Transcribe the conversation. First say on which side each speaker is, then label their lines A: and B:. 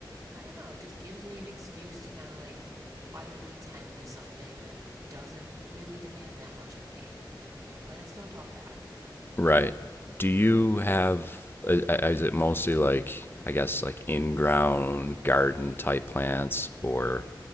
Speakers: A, on the right; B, on the left.
A: I don't know, it just gives me an excuse to kind of like quietly tend to something that doesn't really demand that much of me. You know, plants don't talk back.
B: right do you have is it mostly like i guess like in ground garden type plants or